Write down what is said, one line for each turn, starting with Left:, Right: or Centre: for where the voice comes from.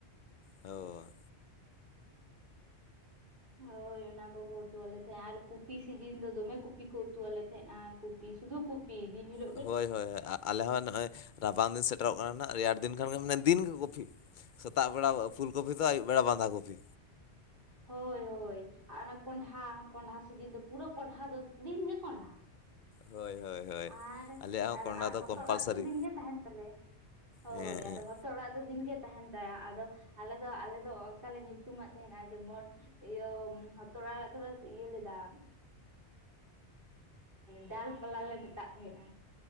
Left: ᱚᱻ
Right: ᱦᱳᱭ ᱚᱱᱟ ᱠᱚᱠᱚ ᱩᱛᱩᱣᱟᱜ ᱞᱮ ᱛᱟᱦᱮᱸᱜ ᱟᱨ ᱠᱩᱯᱤ ᱥᱤᱡᱤᱱ ᱫᱚ ᱫᱚᱢᱮ ᱠᱚᱯᱤ ᱠᱚ ᱩᱛᱩᱣᱟᱜ ᱞᱮ ᱛᱟᱦᱮᱸᱜᱼᱟ ᱠᱩᱯᱤ ᱥᱩᱫᱷᱩ ᱠᱚᱯᱤ ᱯᱤ ᱫᱤᱱ ᱦᱤᱞᱚᱜ
Left: ᱦᱳᱭ ᱦᱳᱭ ᱦᱳᱭ ᱟᱞᱮ ᱦᱚᱸ ᱱᱚᱜᱼᱚᱭ ᱨᱟᱵᱟᱝ ᱫᱤᱱ ᱥᱮᱴᱮᱨᱚᱜ ᱠᱟᱱᱟ ᱱᱟᱜ ᱨᱮᱭᱟᱲ ᱫᱤᱱ ᱠᱷᱟᱱ ᱜᱮ ᱢᱟᱱᱮ ᱫᱤᱱᱜᱮ ᱠᱚᱯᱷᱤ ᱥᱮᱛᱟᱜ ᱵᱮᱲᱟ ᱫᱚ... ᱯᱷᱩᱞ ᱠᱚᱵᱤ ᱫᱚ ᱟᱹᱭᱩᱵ ᱵᱮᱲᱟ ᱵᱟᱸᱫᱷᱟ ᱠᱚᱵᱤ
Right: ᱦᱚᱭ ᱦᱚᱭ ᱟᱨ ᱚᱱᱮ ᱠᱚᱸᱰᱷᱟ ᱠᱚᱸᱰᱷᱟ ᱥᱤᱡᱤᱱ ᱫᱚ ᱯᱩᱨᱟᱹ ᱠᱚᱸᱰᱷᱟ ᱫᱚ ᱫᱤᱱᱜᱮ ᱠᱚᱸᱰᱷᱟ
Left: ᱦᱳᱭ ᱦᱳᱭ ᱦᱳᱭ
Right: ᱟᱨ
Left: ᱟᱞᱮᱭᱟᱜ ᱦᱚᱸ
Right: ᱟᱨ
Left: ᱠᱚᱸᱰᱷᱟ
Right: ᱟᱨ
Left: ᱫᱚ
Right: ᱦᱚᱛᱚᱫ
Left: ᱠᱚᱢᱯᱟᱞᱥᱟᱨᱤ
Right: ᱟᱲᱟᱜ ᱫᱚ ᱫᱤᱱᱜᱮ ᱛᱟᱦᱮᱱ ᱛᱟᱞᱮᱭᱟ ᱦᱳᱭ
Left: ᱦᱮᱸ ᱦᱮᱸ
Right: ᱟᱫᱚ ᱛᱚ ᱚᱲᱟᱜ ᱫᱚ ᱫᱤᱱᱜᱮ ᱛᱟᱦᱮᱱ ᱛᱟᱭᱟ ᱟᱫᱚ ᱟᱞᱮ ᱫᱚ ᱟᱞᱮ ᱫᱚ ᱚᱱᱠᱟ ᱞᱮ ᱧᱩᱛᱩᱢᱟᱜ ᱛᱟᱦᱮᱱᱟ ᱡᱮᱢᱚᱱ ᱤᱭᱟᱹ ᱦᱚᱛᱚᱫ ᱟᱲᱟᱜ ᱫᱚᱞᱮ ᱤᱭᱟ ᱞᱮᱫᱟ <inaudible> ᱰᱟᱞ ᱯᱟᱞᱟ ᱞᱮ ᱢᱮᱛᱟᱫ ᱛᱟᱦᱮᱸᱫᱼᱟ